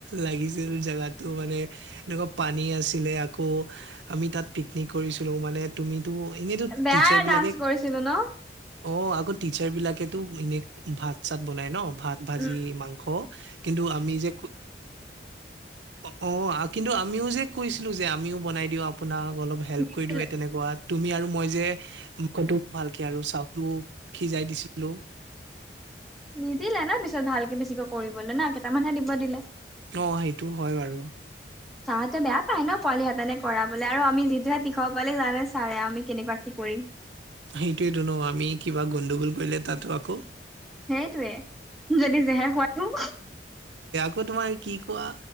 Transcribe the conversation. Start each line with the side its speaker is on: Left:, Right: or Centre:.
Right: লাগিছিল জাগাতো মানে। এনেকুৱা পানী আছিলে আকৌ আমি তাত পিকনিক কৰিছিলোঁ মানে তুমি তো এনেইটো
Centre: বেয়া
Right: টিচাৰবিলাকে
Centre: ডান্স কৰিছিলো ন
Right: অ', আগৰ টিচাৰবিলাকেতো এনে ভাত চাত বনাই ন' ভাত ভাজি
Centre: উম
Right: মাং স কিন্তু আমি যে ক অ কিন্তু আমিও যে কৈছিলো যে আমিও বনাই দিওঁ আপোনাক অলপ
Centre: ফুৰি
Right: হেল্প কৰি দিওঁ তেনেকুৱা তুমি আৰু মই যে <unintelligible> ভাল কে আৰু চাউলতো সিজাই দিছিলো।
Centre: নিদিলে ন পিছত ভালকে বেছিকৈ কৰিবলৈ না কেইটামানহে দিব দিলে।
Right: অ সেইটো হয় বাৰু।
Centre: ছাৰহঁতে বেয়া পায় ন পোৱালিহঁতেনে কৰাবোলে আৰু আমি যিটোহে তীখৰ পোৱালি জানে ছাৰে আমি কেনেকুৱা কি কৰিম।
Right: সেইটোয়েতো নো আমি কিবা গণ্ডগোল কৰিলে তাতো আক।
Centre: সেইটোৱে যদি জেহেৰ খুৱাই নু।
Right: অ তোমাৰ কি কোৱা